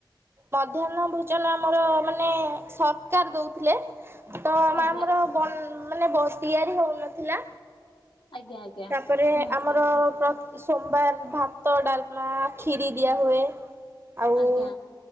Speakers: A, on the right; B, on the left.
A: ମଧ୍ୟାହ୍ନ ଭୋଜନ ଆମର ମାନେ ସରକାର୍ ଦଉଥିଲେ। ତ
B: ଆଜ୍ଞା
A: ଆମର ବନ୍ ମାନେ ବ ତିଆରି ହଉନଥିଲା।
B: ଆଜ୍ଞା ଆଜ୍ଞା
A: ତାପରେ
B: ହୁଁ
A: ଆମର
B: କୁହ
A: ପ୍ର ସୋମବାର୍ ଭାତ, ଡାଲ୍ମା, ଖିରି ଦିଆହୁଏ। ଆଉ
B: ଆଜ୍ଞା